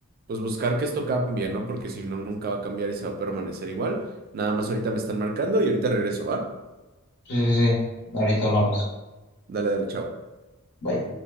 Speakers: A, on the right; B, on the left.
A: pues buscar que esto cambie, ¿no? Porque si no, nunca va a cambiar y se va a permanecer igual. Nada más ahorita me están marcando y ahorita regreso, ¿va?
B: Sí, sí, sí. Ahorita hablamos.
A: Da- dale, dale, chao.
B: Bye.